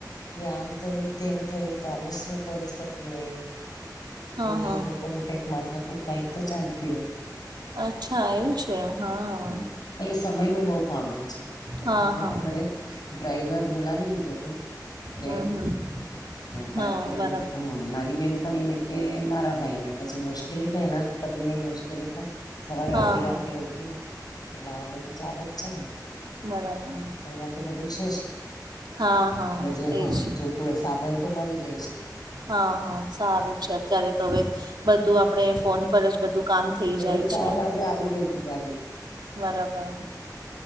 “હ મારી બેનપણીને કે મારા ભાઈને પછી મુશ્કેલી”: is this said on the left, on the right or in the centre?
Left